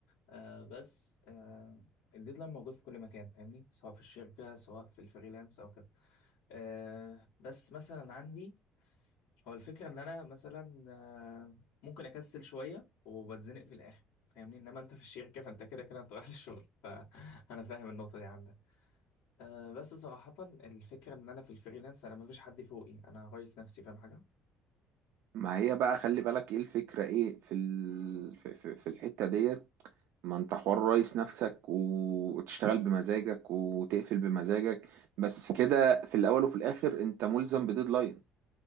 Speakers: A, on the left; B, on the right.
A: آه بس آه الديدلاين موجود في كل مكان فاهمني سواء في الشركه سواء في الفريلانس او كده آه بس مثلا عندي هو الفكره ان انا مثلا آه ممكن اكسل شويه وبتزنق في الاخر فاهمني انما انت في الشركه فانت كده كده انت رايح للشغل فانا <laughs> فاهم النقطه دي عندك أه بس صراحة الفكرة إن أنا في الفريلانس أنا مفيش حد فوقي أنا رئيس نفسي فاهم حاجة؟
B: ما هي بقى خلي بالك ايه الفكرة ايه في ال... في في في الحتة ديت ما انت حوار رئيس نفسك و- وتشتغل بمزاجك وتقفل بمزاجك بس كده في الاول وفي الاخر انت ملزم بديدلاين